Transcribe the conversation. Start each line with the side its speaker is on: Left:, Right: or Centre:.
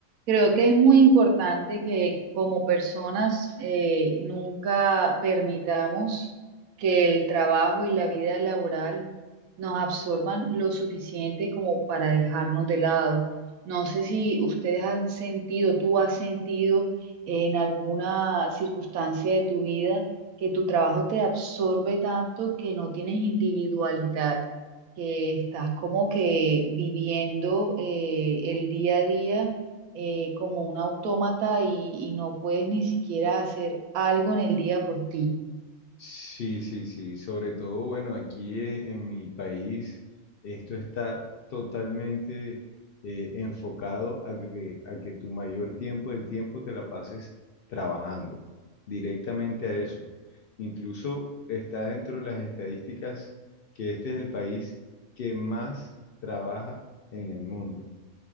Right: Creo que es muy importante que como personas eh, nunca permitamos que el trabajo y la vida laboral nos absorban lo suficiente como para dejarnos de lado. No sé si ustedes han sentido, tú has sentido en alguna circunstancia de tu vida que tu trabajo te absorbe tanto que no tienes individualidad, que estás como que viviendo eh, el día a día eh, como un autómata y, y no puedes ni siquiera hacer algo en el día por ti.
Left: Sí, sí, sí. Sobre todo, bueno, aquí eh, en mi país esto está totalmente eh, enfocado a que, a que tu mayor tiempo del tiempo te la pases trabajando directamente a eso. Incluso está dentro de las estadísticas que este es el país que más trabaja en el mundo,